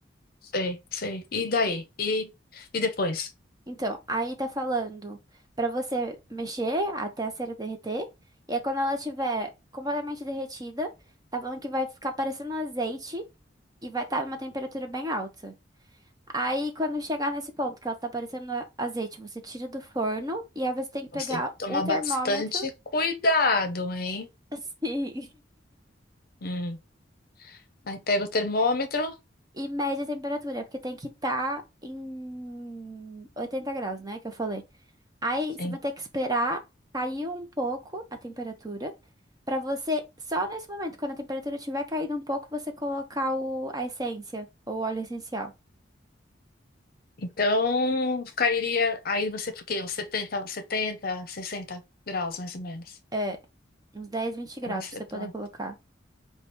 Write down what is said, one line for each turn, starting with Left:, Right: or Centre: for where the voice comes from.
Left: sei, sei. E daí? E, e depois?
Right: Então, aí tá falando pra você mexer até a cera derreter. E aí, quando ela estiver completamente derretida, tá falando que vai ficar parecendo um azeite e vai estar numa temperatura bem alta. Aí, quando chegar nesse ponto que ela tá parecendo a- azeite, você tira do forno e aí você tem que pegar
Left: Você tem que tomar
Right: o termômetro.
Left: bastante cuidado, hein?
Right: <laughs> Sim.
Left: Hum. Aí pega o termômetro.
Right: E média temperatura, porque tem que estar em 80 graus, né? Que eu falei. Aí
Left: Sim.
Right: você vai ter que esperar cair um pouco a temperatura, pra você, só nesse momento, quando a temperatura tiver caído um pouco, você colocar o, a essência, ou o óleo essencial.
Left: Então, cairia. Aí você, porque uns 70 70, 60 graus, mais ou menos.
Right: É, uns 10 20 graus
Left: Pra você
Right: pra você
Left: pôr.
Right: poder colocar.